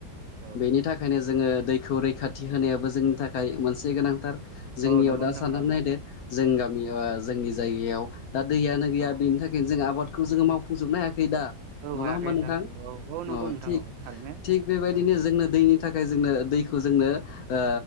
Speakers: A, on the right; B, on the left.
A: औ
B: बेनि थाख बेखायनो जोङो दैखौ रैखाथि होनायाबो जोंनि थाखाय मोनसे गोनांथार जोंनियाव
A: औ नंगौ
B: दा
A: नोंथां
B: साननानै
A: औ
B: नायदो जों गामि ओ जोंनि जायगायाव दा दैयानो गैया
A: औ
B: बेनि थाख <unintelligible> जों आबादखौ जों मावफुंजोबनो हायाखै दा
A: औ
B: नङा
A: हायाखै
B: होमबा
A: नोंथां औ औ नंगौ
B: अ
A: नोंथां
B: थिग
A: औ थारैनो
B: थिग बेबायदिनो
A: औ
B: जोंना दैनि था खाय जोंनो दैखौ जोंनो ओ